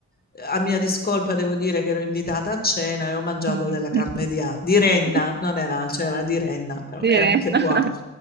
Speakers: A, on the left; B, on the right.
A: eh, a mia discolpa devo dire che ero invitata a cena e ho mangiato
B: <laughs>
A: della carne di, a- di renna, non era alce, era di renna, però
B: Bene.
A: era anche buona.
B: <laughs>